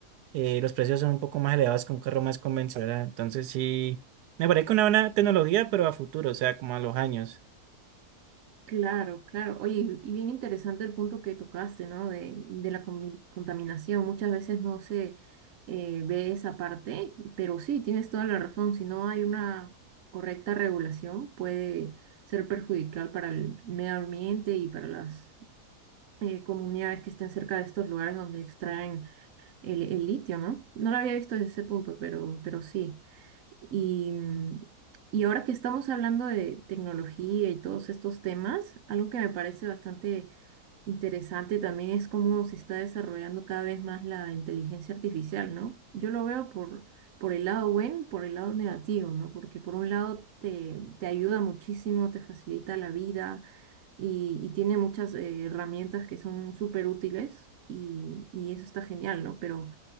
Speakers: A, on the right; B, on the right.
A: eh, los precios son un poco más elevados que un carro más convencional, entonces sí, me parece que una buena tecnología, pero a futuro, o sea, como a los años.
B: Claro, claro. Oye, y bien interesante el punto que tocaste, ¿no? De, de la comi- contaminación. Muchas veces no se eh, ve esa parte, pero sí, tienes toda la razón. Si no hay una correcta regulación, puede ser perjudicial para el medio ambiente y para las eh, comunidades que estén cerca de estos lugares donde extraen el, el litio, ¿no? No lo había visto desde ese punto, pero, pero sí. Y, mm, y ahora que estamos hablando de tecnología y todos estos temas, algo que me parece bastante interesante también es cómo se está desarrollando cada vez más la inteligencia artificial, ¿no? Yo lo veo por, por el lado bueno, por el lado negativo, ¿no? Porque por un lado te, te ayuda muchísimo, te facilita la vida y, y tiene muchas eh, herramientas que son súper útiles y, y eso está genial, ¿no? Pero